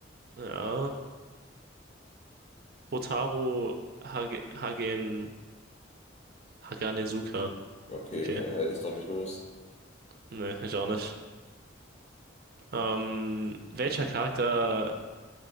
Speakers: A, on the right; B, on the left.
A: Ja, Hotaru Hage, Hagen, Haganezuka.
B: Okay,
A: Okay,
B: hätte ich doch nicht gewusst.
A: ne, ich auch nicht. Ähm, welcher Charakter